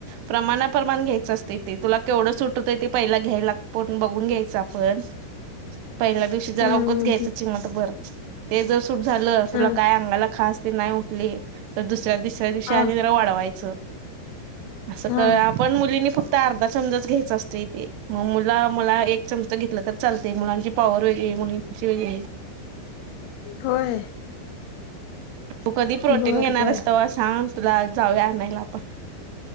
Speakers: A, on the right; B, on the left.
A: प्रमाणाप्रमाण घ्यायचं असतय ते तुला केवढं सुट होतय ते पहिला घ्यायला कोठून बघून घ्यायचं आपण. पहिल्या दिवशी जर
B: हम्म
A: रगंच
B: हम्म
A: घ्यायचं चिमटभर ते जर सूट झालं तुला
B: हम्म
A: काय अंगाला खास तेन नाही उठली तर दुसऱ्या, तीसऱ्या दिवशी
B: हा
A: आणि जरा वाढवायचं. असं
B: हा
A: कर
B: हा
A: आपण मुलिंनी फक् त आर्धा चमचाच घ्यायच असतय ते मग मुला मुला एक चमच घेतला तर चालतय मुलांची पावर वेगळी मुलींची वेगळी.
B: होय.
A: तू कधी प्रोटीन
B: बर
A: घेणार
B: बर
A: हाईस तवा सांग तुला जाऊया आणायला आपण.